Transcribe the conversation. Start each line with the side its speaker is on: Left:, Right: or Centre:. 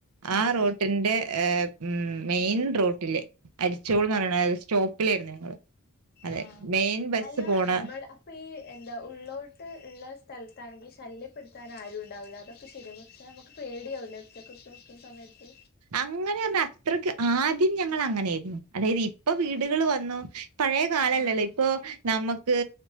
Left: ആഹ്
Right: ആ റോട്ടിന്റെ ഏഹ് ഉം മെയിൻ റോട്ടില് അരിച്ചോൾന്ന് പറയണ സ്റ്റോപ്പിലായിരുന്നു ഞങ്ങള് അതെ
Left: ആഹ്
Right: മെയിൻ ബസ്സ്
Left: അല്ല
Right: പോണ
Left: നമ്മൾ അപ്പൊ ഈ എന്താ ഉള്ളോട്ട് ഇള്ള സ്ഥലത്താണെങ്കി ശല്യപ്പെടുത്താൻ ആരും ഇണ്ടാവൂല്ലാ അതൊക്കെ ശരിയാ പ പക്ഷെ നമ്മക്ക് പേടിയാവൂല്ലോ ഒറ്റക്കൊക്കെ നിക്കുന്ന സമയത്ത്
Right: അങ്ങനെ പറഞ്ഞാ അത്രയ്ക്ക് ആദ്യം ഞങ്ങൾ അങ്ങനെയായിരുന്നു അതായത് ഇപ്പൊ വീടുകള്
Left: ആഹ്
Right: വന്നു പഴയ കാലല്ലല്ലോ
Left: ആഹ്
Right: ഇപ്പൊ നമുക്ക്